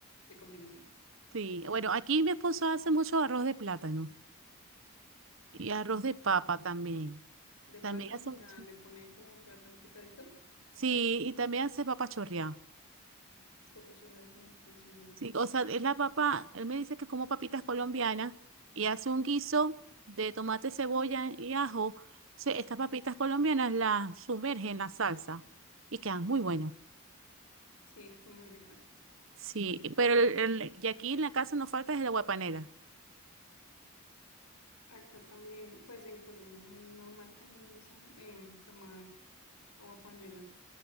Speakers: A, on the left; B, on the right.
A: de combinaciones.
B: sí. Bueno, aquí mi esposo hace mucho arroz de plátano y arroz de papa también.
A: De
B: También
A: plátano,
B: hace
A: o sea,
B: mucho.
A: le ponen como plátano picadito,
B: Sí, y también hace papa chorreada.
A: las papas chorreadas sí me gustan, son muy ricas.
B: Sí, o sea, es la papa, él me dice que es como papitas colombianas y hace un guiso de tomate, cebolla y ajo. Se- estas papitas colombianas las sumerge en la salsa y quedan muy buenas.
A: Sí, son muy ricas.
B: Sí, pero el- el- y aquí en la casa no falta es el aguapanela.
A: Acá también, pues en Colombia es muy normal también, o sea, em, tomar agua panela.